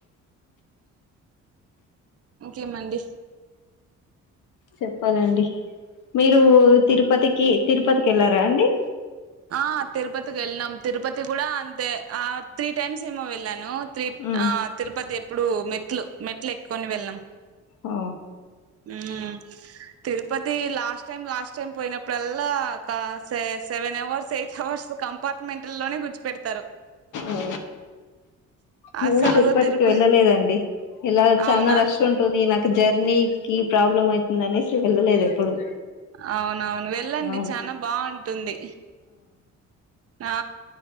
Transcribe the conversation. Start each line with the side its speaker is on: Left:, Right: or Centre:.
Right: ఇంకేమండి
Left: చెప్పాలండి మీరు తిరుపతికి తిరుపతికి వెళ్ళారా అండి
Right: ఆ తిరుపతికి వెళ్ళనాం తిరుపతి కూడా అంతే ఆ త్రీ టైమ్స్ ఏమో వెళ్ళాను తి
Left: ఉమ్
Right: ఆ తిరుపతి ఎప్పుడు మె మెట్లు మెట్లు ఎక్కుకొని వెళ్ళాం
Left: ఆ
Right: ఉమ్ Tirupati last time last time పోయినప్పుడల్లా ఒక seven hours eight hours compartment లోనే గుర్చిపెడుత
Left: ఓ నేను
Right: అసలు
Left: తిరుపతికి
Right: తిరుప
Left: వెళ్ళలేదండి ఇలా చాలా
Right: అవునా
Left: రష్ ఉంటుంది నాకు జర్నీ కి ప్రాబ్లం ఆయితుంది అనేసి వెళ్ళలేదు ఎప్పుడు
Right: అవునవును వెళ్ళండి
Left: ఆ
Right: చానా బాగుంటుంది ఆ